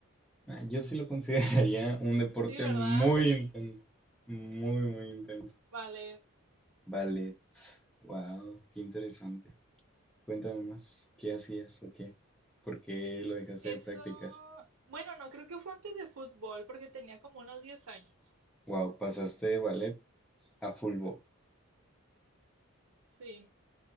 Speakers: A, in the centre; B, on the right (about 80°).
A: Ah, yo sí lo consideraría un deporte
B: Sí, ¿verdad?
A: muy intenso, muy, muy intenso.
B: Ballet.
A: Ballet, wow, qué interesante. Cuéntame más, ¿qué hacías o qué? ¿Por qué lo dejaste
B: Eso,
A: de practicar?
B: bueno, no creo que fue antes de fútbol, porque tenía como unos 10 años.
A: Wow, pasaste de ballet a fulbo.
B: Sí.